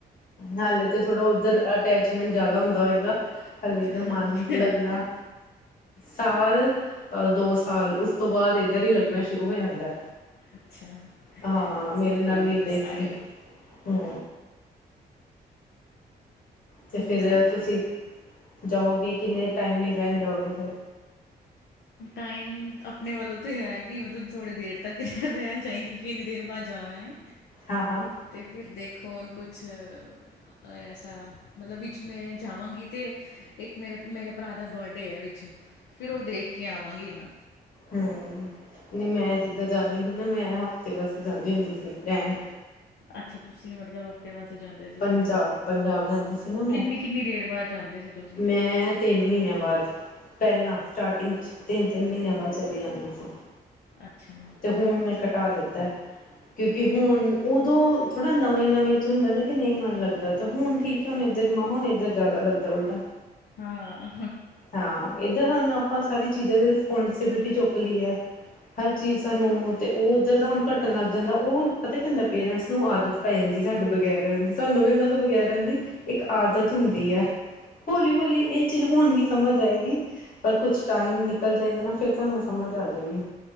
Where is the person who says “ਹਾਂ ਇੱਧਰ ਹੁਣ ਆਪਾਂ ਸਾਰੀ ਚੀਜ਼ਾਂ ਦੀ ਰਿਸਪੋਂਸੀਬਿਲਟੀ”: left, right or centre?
Left